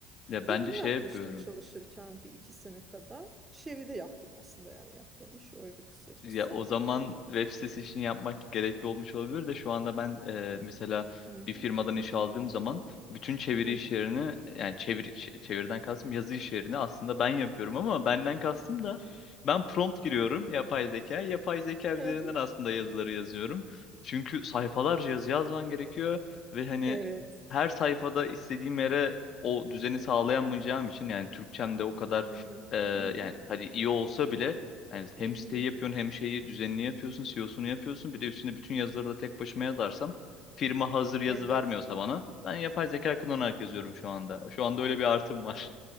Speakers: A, on the left; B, on the right.
A: Ya ben
B: Bir onu
A: de şey
B: yapmıştım
A: yapıyorum.
B: çalışırken bir iki sene kadar. Çeviri yaptım aslında yani yaptığım iş oydu kısacası.
A: Ya o zaman web sitesi için yapmak gerekli olmuş olabilir de şu anda ben e, mesela
B: Hı hı,
A: bir firmadan iş aldığım zaman bütün çeviri
B: hı
A: iş
B: hı,
A: yerini yani çevir, ç- çeviriden kastım yazı iş yerini aslında ben yapıyorum ama benden kastım da ben prompt giriyorum yapay zeka. Yapay zeka üzerinden
B: hı hı.
A: aslında yazıları yazıyorum. Çünkü sayfalarca yazı yazman gerekiyor ve hani
B: Evet.
A: her sayfada istediğim yere o düzeni sağlayamayacağım için yani Türkçem de o kadar
B: Hı hı,
A: e,
B: hı hı,
A: yani hadi iyi olsa bile yani hem
B: hı hı.
A: siteyi yapıyorsun hem şeyi düzenini yapıyorsun, CEO'sunu yapıyorsun. Bir de üstüne bütün yazıları da tek başıma yazarsam firma hazır yazı
B: Evet.
A: vermiyorsa bana ben yapay zeka kullanarak yazıyorum şu anda. Şu anda öyle bir artım var.